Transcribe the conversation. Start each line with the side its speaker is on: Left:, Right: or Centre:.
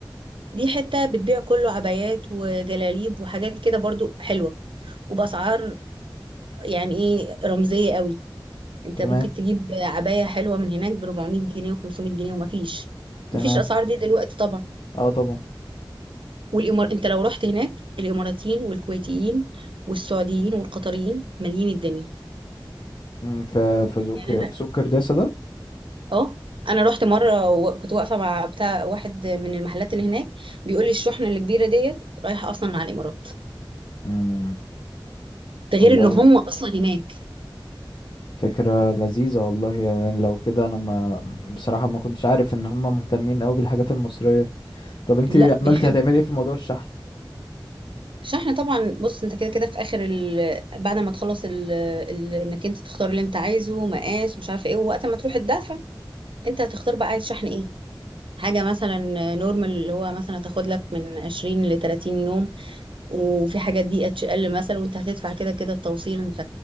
Right: دي حتة بتبيع كله عبايات وجلاليب وحاجات كده برضو حلوة وبأسعار يعني ايه رمزية قوي انت
Left: تمام
Right: ممكن تجيب عباية حلوة من هناك ب 400 جنيه و500 جنيه ومفيش
Left: تمام
Right: مفيش الأسعار دي دلوقتي طبعا
Left: اه طبعا
Right: والإمار انت لو رحت هناك الإماراتيين والكويتيين والسعوديين والقطريين مالين الدنيا
Left: امم في في سوق
Right: يعني
Left: في سوق كرداسه ده
Right: اه انا رحت مره وكنت واقفه مع بتاع واحد من المحلات اللي هناك بيقول لي الشحنه الكبيره ديت رايحه اصلا على الامارات
Left: امم
Right: ده غير
Left: والله
Right: ان هم اصلا هناك
Left: فكره لذيذه والله يعني لو كده انا ما بصراحه ما كنتش عارف ان هم مهتمين قوي بالحاجات المصريه طب انت
Right: لا بيحبوا
Left: عملتي هتعملي ايه في موضوع الشحن
Right: الشحنه طبعا بص انت كده كده في اخر ال... بعد ما تخلص ال... ال... انك انت تختار اللي انت عايزه مقاس ومش عارفه ايه ووقت ما تروح تدافع انت هتختار بقى عايز شحن ايه حاجه مثلا نورمال اللي هو مثلا هتاخد لك من 20 ل 30 يوم وفي حاجات دي اتش ال مثلا وانت هتدفع كده كده التوصيل انت